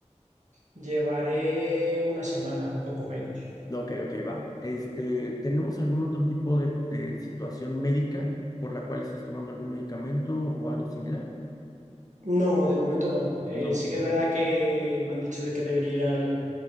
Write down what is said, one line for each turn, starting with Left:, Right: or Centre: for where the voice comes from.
Right: Llevaré una semana, un poco menos.
Left: Ok, ok, va. Este, ¿tenemos algún otro tipo de, de situación médica por la cual estés tomando algún medicamento o algo similar?
Right: No, de momento no. Eh,
Left: No.
Right: sí que es verdad que me han dicho de que debería ir al,